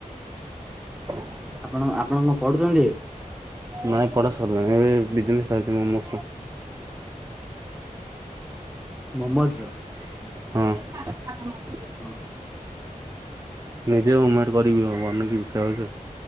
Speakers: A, on the right; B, in the centre.
A: ହଁ।
B: ଆପଣ ଆପଣ କଣ ପଢୁଛନ୍ତି?
A: ନାଇଁ ପଢା ସରିଲାଣି ଏବେ ବିଜେ ଚାଲି ମ।
B: ମହମ୍ମଦର।
A: ହଁ।
B: ଓହୋ।
A: ନିଜେ ହମେଟ କରିବି, ବନେଇକି ବିକା ହଉଛି।